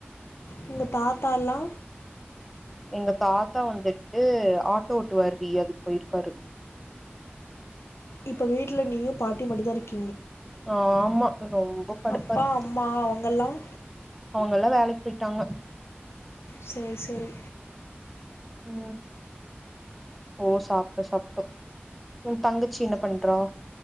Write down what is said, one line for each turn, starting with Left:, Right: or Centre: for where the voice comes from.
Left: உங்க தாத்தாலா
Centre: எங்க தாத்தா வந்துட்டு ஆட்டோ ஓட்டுவாருடி அதுக்கு போயிருக்காரு
Left: இப்ப வீட்டுல நீயு பாட்டியு மட்டுதா இருக்
Centre: ஆமா ரொம்ப கடுப்பா
Left: அப்பா
Centre: இருக்குது
Left: அம்மா அவங்கெல்லாம்
Centre: அவங்கல்லா வேலைக்கு போய் டாங்க
Left: செரி செரி
Centre: உ ஓ சாப்ட்டோ சாப்ட்டோ உ தங்கச்சி என்ன பண்றா